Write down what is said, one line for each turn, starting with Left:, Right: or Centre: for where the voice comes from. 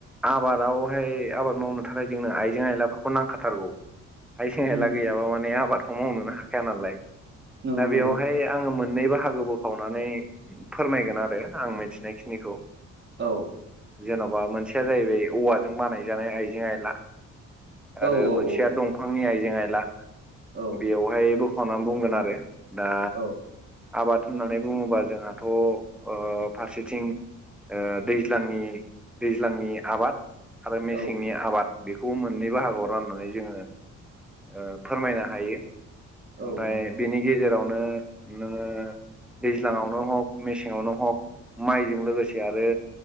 Centre: आबादावहाय आबाद मावनो थाखाय जोंनो आइजें आयलाफोरखौ नांखाथारगौ। आइसें आयला
Right: उम
Centre: गैयाबा माने आबादखौ मावनोनो हाखाया नालाय
Right: नंगौ
Centre: दा
Right: नंगौ
Centre: बेवहाय आङो मोननै बाहागो बोखावनानै फोरमायगोन आरो आं मिथिनायखिनिखौ। ओ
Right: औ
Centre: जेन'बा मोनसेया जाहैबाय औवाजों बानायजानाय आइजें आइला। आरो
Right: औ औ
Centre: मोनसेया
Right: औ
Centre: दंफांनि आइजें आयला
Right: औ
Centre: बेवहायबो खावना बुंगोन आरो दा
Right: औ
Centre: आबाद होननानै बुङोबा जोंहाथ' ओ फारसेथिं ओ दैज्लांनि दैज्लांनि आबाद आरो मेसेंनि
Right: औ
Centre: आबाद। बेखौ मोननै बाहागोआव राननानै जोङो ओ फोरमायनो हायो।
Right: औ
Centre: ओमफाय
Right: नंगौ नंगौ
Centre: बेनि गेजेरावनो नोङो दैज्लाङावनो हक मेसेङावनो हक माइजों लोगोसे आरो